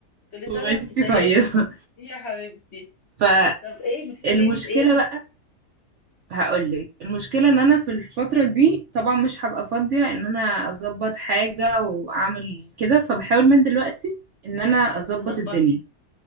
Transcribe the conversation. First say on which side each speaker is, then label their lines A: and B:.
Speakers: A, on the left (about 55°); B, on the right (about 70°).
A: كل
B: وانت
A: سنة وانت طيبة
B: طيبة
A: يا حبيبتي
B: <laughs>
A: طب ايه محتاجاني
B: فالمشكلة
A: في ايه؟
B: بقى هقولك المشكلة ان انا في الفترة دي طبعا مش هبقى فاضية ان انا اظبط حاجة واعمل كده فبحاول من دلوقتي ان انا اظبط
A: تظبطي
B: الدنيا